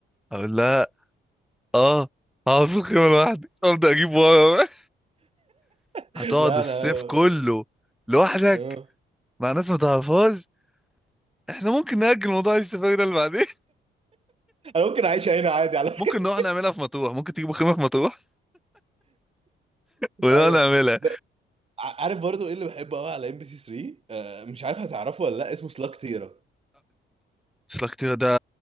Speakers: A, in the centre; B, on the right.
A: أقول لها آه هقعد في الخيمة لوحدي أبدأ أجيب ورا بقى. <laughs>
B: لا
A: هتقعد الصيف
B: لا
A: كله لوحدك
B: آه.
A: مع ناس ما تعرفهاش احنا ممكن نأجل موضوع السفاري ده اللي بعدين
B: انا ممكن اعيش هنا عادي
A: <laughs>
B: على فكره
A: ممكن نروح نعملها في مطروح ممكن تجيبوا خيمة في مطروح
B: <laughs>
A: ونقعد
B: ايوه
A: نعملها
B: ب- ع- عارف برضو ايه اللي بحبه قوي على ام بي سي 3 آه، مش عارف هتعرفه ولا لا اسمه سلاك تيرا
A: سلاكتيرا ده